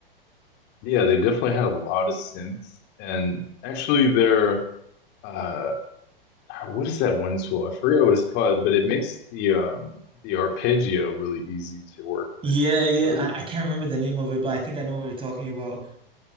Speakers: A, on the left (about 35°); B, on the right (about 20°).
A: Yeah, they definitely had a lot of synths, and actually, their uh, uh, what is that one tool? I forget what it's called, but it makes the um the arpeggio really easy to work with.
B: Yeah, yeah,
A: It was,
B: I, I can't remember the name of it, but I think I know what you're talking about.